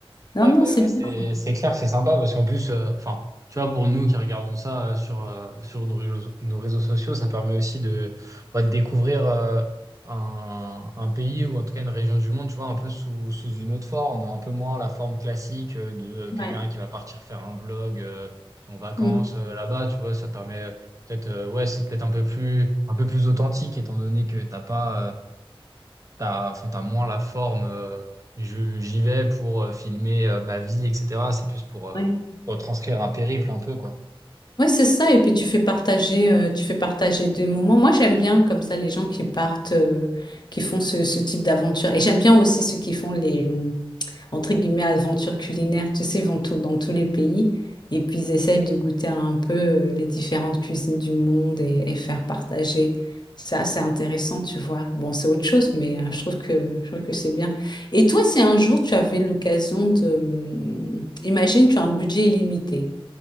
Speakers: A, on the left (about 50°); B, on the right (about 35°).
A: Non,
B: Ouais,
A: non,
B: mais
A: c'est
B: ouais, c'est
A: bien.
B: c'est clair, c'est sympa parce qu'en plus, euh, enfin, tu vois, pour nous qui regardons ça euh, sur, euh, sur nos réseaux, nos réseaux sociaux, ça permet aussi de, ouais, de découvrir euh, un, un pays ou en tout cas une région du monde, tu vois, un peu sous, sous une autre forme, un peu moins la forme classique euh, de euh, quelqu'un
A: Ouais.
B: qui va partir faire un vlog euh, en vacances
A: Mm.
B: euh, là-bas, tu vois, ça permet peut-être, euh, ouais, c'est peut-être un peu plus, un peu plus authentique étant donné que t'as pas. euh, t'as, enfin, t'as moins la forme. euh, je- j'y vais pour euh, filmer euh, ma vie, etc. C'est plus pour euh,
A: Ouais.
B: retranscrire un périple un peu, quoi.
A: Ouais, c'est ça. Et puis tu fais partager, euh, tu fais partager des moments. Moi, j'aime bien comme ça les gens qui partent, euh, qui font ce, ce type d'aventure. Et j'aime bien aussi ceux qui font les, hum, entre guillemets, aventures culinaires. Tu sais, ils vont tout, dans tous les pays et puis ils essayent de goûter un peu euh, les différentes cuisines du monde et, et faire partager. Ça, c'est intéressant, tu vois. Bon, c'est autre chose, mais euh, je trouve que, je trouve que c'est bien. Et toi, si un jour tu avais l'occasion de, hum, imagine, tu as un budget illimité.